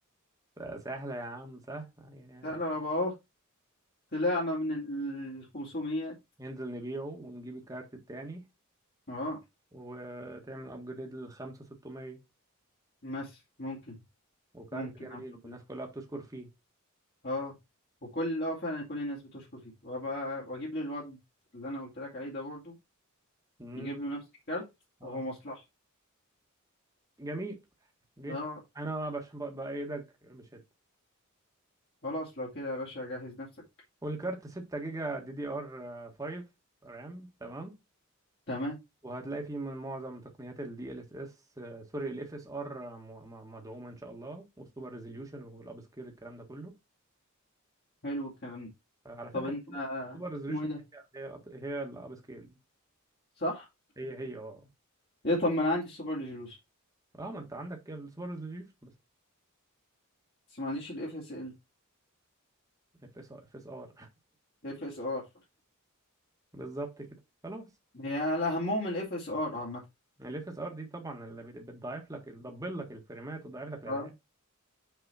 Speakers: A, on the right (about 15°); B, on the left (about 50°).
A: ف- سهله يا عم سهله يعني
B: لا لو بقى أهو طلعنا من ال 500
A: ننزل نبيعه ونجيب الكارت التاني
B: اه
A: وتعمل ابجريد لل 5600
B: مثلا ممكن
A: وكارت
B: ممكن
A: جميل
B: اعمل
A: والناس
B: كده
A: كلها بتشكر فيه
B: اه وكل اه فعلا كل الناس بتشكر فيك وابقى واجيب لي الواد اللي انا قلت لك عليه ده برضو
A: امم
B: يجيب له نفس الكارت وهو
A: اه
B: مصلحة
A: جميل جدا
B: اه
A: انا بش ب- بايدك بشده
B: خلاص لو كده يا باشا جهز نفسك
A: والكارت 6 جيجا دي دي ار 5 رام تمام
B: تمام
A: وهتلاقي فيه من معظم تقنيات ال DLSS آه، سوري ال FSR آه، م- م- مدعومة إن شاء الله والسوبر ريزوليوشن والأب سكيل الكلام ده كله
B: حلو الكلام ده
A: آه، على فكرة
B: طب انت
A: السوبر ريزوليوشن
B: اسمه ايه ده
A: هي ال up- هي الأب سكيل
B: صح
A: هي هي اه
B: ايه طب ما انا عندي السوبر ريزولوشن
A: اه ما انت عندك السوبر ريزوليوشن بس
B: بس ما عنديش الاف اس ال
A: اف اس اف اس ار
B: اف اس ار
A: <laughs> بالظبط كده خلاص
B: هي اهمهم الاف اس ار عامة
A: الاف اس ار دي طبعا اللي بت- بتضعف لك تدبل لك الفريمات وتضعف لك الاداء
B: آه.